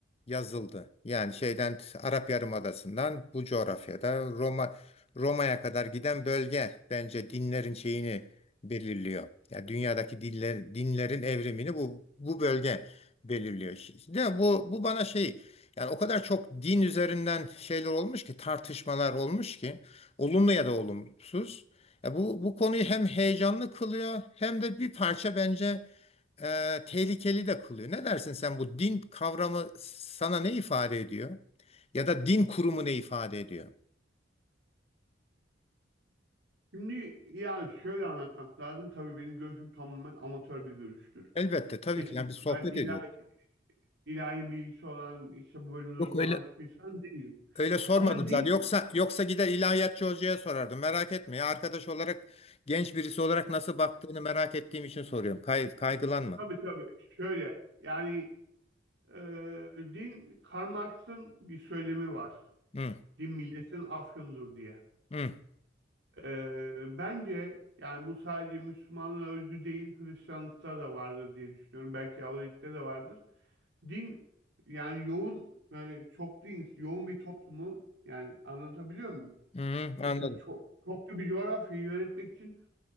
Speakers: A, on the left; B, on the right.
A: yazıldı. Yani şeyden Arap Yarımadası'ndan bu coğrafyada Roma Roma'ya kadar giden bölge bence dinlerin şeyini belirliyor. Yani dünyadaki diller, dinlerin evrimini bu bu bölge belirliyor. De bu bu bana şey yani o kadar çok din üzerinden şeyler olmuş ki tartışmalar olmuş ki olumlu ya da olumsuz. Ya bu bu konuyu hem heyecanlı kılıyor hem de bir parça bence e, tehlikeli de kılıyor. Ne dersin sen bu din kavramı sana ne ifade ediyor? Ya da din kurumu ne ifade ediyor?
B: Şimdi yani şöyle anlatmak lazım. Tabii benim görüşüm tamamen amatör bir görüştür.
A: Elbette tabii
B: Kesinlikle
A: ki yani bir sohbet
B: ben ilahi,
A: ediyoruz.
B: ilahi bilgisi olan işte bu bölümde uzmanlaşmış
A: Yok öyle
B: bir insan değilim.
A: Öyle sormadım
B: Ama din
A: zaten. Yoksa yoksa gider ilahiyatçı hocaya sorardım. Merak etme ya arkadaş olarak genç birisi olarak nasıl baktığını merak ettiğim için soruyorum. Kay, kaygılanma.
B: tabii tabii şöyle yani e, din Karl Marx'ın bir söylemi var.
A: Hı,
B: Din milletin afyonudur diye.
A: hı,
B: Ee, bence yani bu sadece Müslümanlığa özgü değil, Hristiyanlıkta da vardır diye düşünüyorum. Belki Yahudilikte de vardır. Din yani yoğun böyle çok din, yoğun bir toplumu yani anlatabiliyor muyum?
A: hı, hı,
B: Mesela
A: anladım.
B: çok çoklu bir coğrafyayı yönetmek için